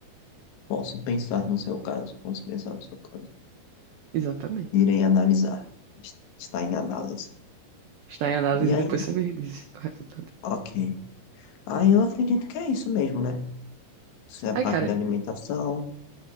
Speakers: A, on the left; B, on the right.
A: Posso pensar no seu caso, posso pensar no seu caso.
B: Exatamente.
A: Irei analisar. Está em análise.
B: Está em análise
A: E aí,
B: e depois você me diz o resultado.
A: ok. Aí eu acredito que é isso mesmo, né? Isso é a parte
B: Ai, cara,
A: da alimentação.